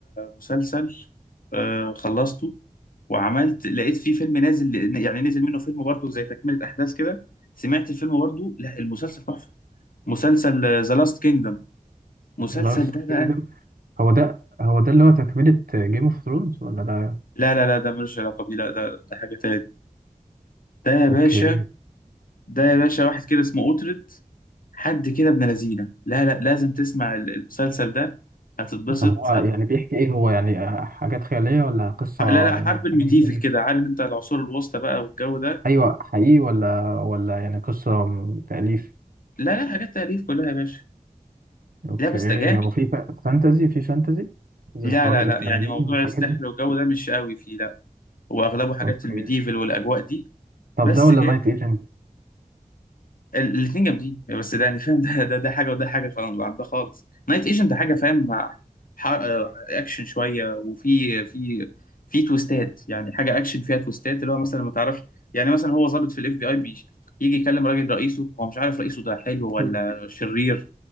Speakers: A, on the left (about 75°); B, on the right (about 85°).
A: مسلسل آه، خلصته وعملت لقيت فيه فيلم نازل يعني نزل منه فيلم برضه زي تكملة أحداث كده سمعت الفيلم برضه لا المسلسل تحفة مسلسل ذا لاست كينجدم مسلسل
B: لاست
A: ده بقى
B: كينجدم هو ده هو ده اللي هو تكملة جيم اوف ثرونز ولا ده
A: لا لا لا ده ملوش علاقة بيه لا ده ده حاجة تاني ده يا باشا
B: اوكي
A: ده يا باشا واحد كده اسمه أوترد حد كده ابن لذينة لا لا لازم تسمع ال- المسلسل ده هتتبسط
B: طب هو
A: هت...
B: يعني بيحكي ايه هو يعني حاجات خيالية ولا قصة
A: لا لا
B: يعني
A: حرب الميديفل
B: حاجة من التاريخ
A: كده عارف انت العصور الوسطى بقى والجو ده
B: ايوه حقيقي ولا ولا يعني قصة م- تأليف
A: لا لا حاجات تأليف كلها يا باشا
B: اوكي
A: لا بس ده جامد
B: هو في ف- فانتزي في فانتزي زي
A: لا
B: حوار
A: لا
B: التنانين
A: لا يعني موضوع
B: والحاجات
A: السحر
B: دي
A: والجو ده مش قوي فيه لا واغلبه حاجات
B: اوكي
A: الميديفل والاجواء دي
B: طب
A: بس
B: ده ولا
A: جاي
B: نايت ايجنت
A: الاثنين جامدين بس ده يعني فاهم ده ده ده حاجه وده حاجه خلاص عن ده خالص نايت ايجنت حاجه فاهم مع ح- آه، اكشن شويه وفي في في تويستات يعني حاجه اكشن فيها تويستات اللي هو مثلا ما تعرفش يعني مثلا هو ضابط في الاف بي اي بيجي يجي يكلم راجل رئيسه هو مش عارف رئيسه ده حلو ولا
B: اوكي
A: شرير